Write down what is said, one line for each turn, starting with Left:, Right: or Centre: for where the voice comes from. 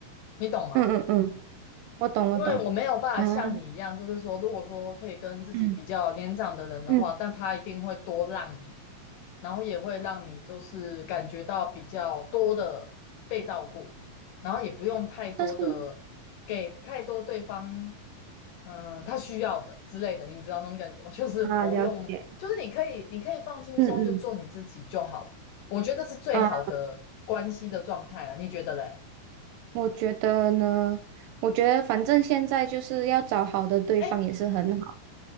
Left: 你懂吗？
Right: 嗯嗯嗯，我懂我懂啊，
Left: 因为我没有办法像你一样，就是说，如果说可以跟自己比较年长的人的话，
Right: 嗯嗯，
Left: 但他一定会多让你，然后也会让你就是感觉到比较多的被照顾，然后也不用太多的
Right: 但是
Left: 给太多对方，嗯，他需要的之类的，你知道那种感觉吗？<laughs> 就是不用，
Right: 啊，了解，
Left: 就是你可以，你可以放轻松，
Right: 嗯嗯
Left: 就做你自己就好，我觉得是最好的关系的状态啊，
Right: 啊，
Left: 你觉得嘞？
Right: 我觉得呢，我觉得反正现在就是要找好的对方也是很好，
Left: 哎，